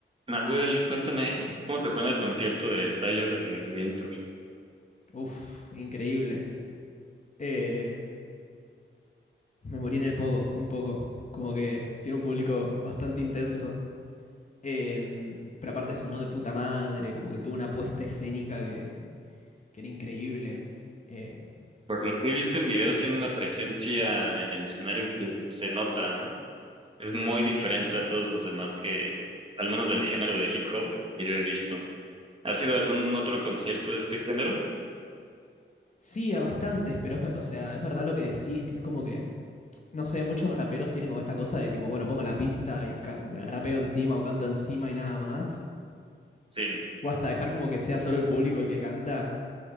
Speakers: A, on the right (about 25°); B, on the left (about 35°).
A: Nahuel, cuéntame, ¿cómo te suena el concierto de Tyler, de Creator?
B: Uf, increíble. Eh, me morí en el pogo, un poco. Como que tiene un público bastante intenso. Em, pero aparte sonó de puta madre, como que tuvo una puesta escénica que, que era increíble. Eh,
A: Por lo que he visto en videos, tiene una presencia en el escenario que se nota, ¿no? Es muy diferente a todos los demás que, al menos del género de hip hop que yo he visto. ¿Ha sido algún otro concierto de este género?
B: sí, a bastantes, pero es ve- o sea, es verdad lo que decís, que es como que, no sé, muchos raperos tienen como esta cosa de tipo, bueno, pongo la pista y ca- rapeo encima o canto encima y nada más.
A: Sí,
B: O hasta dejar como que sea solo el público el que canta.